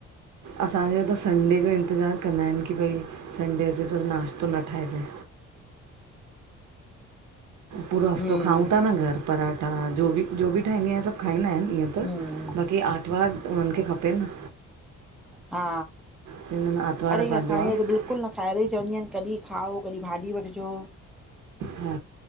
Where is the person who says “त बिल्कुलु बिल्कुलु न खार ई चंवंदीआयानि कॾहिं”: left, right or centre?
Centre